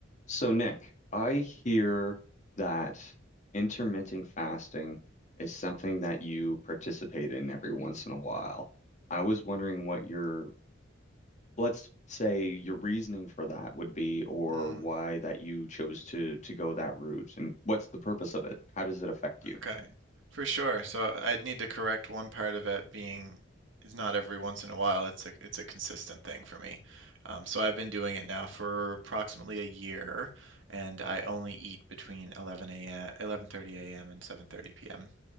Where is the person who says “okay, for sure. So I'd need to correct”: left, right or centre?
Right